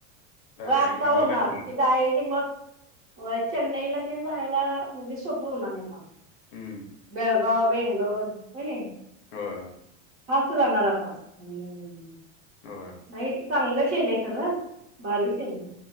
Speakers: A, on the left; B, on the right.
A: डायरेक्ट
B: व आत्ता
A: आणि यायला
B: होणार
A: खाली
B: की डायरीक मग अ चेन्नईला तेन जायाला म्हणजे सोपं होणार हाय तवा.
A: हम्म
B: बेळगाव बेंगलोर होय नाय.
A: होय.
B: <unintelligible> जाणार आता हम्म.
A: होय.
B: होय चांगलं केलं आहे खरव भारी केेलय.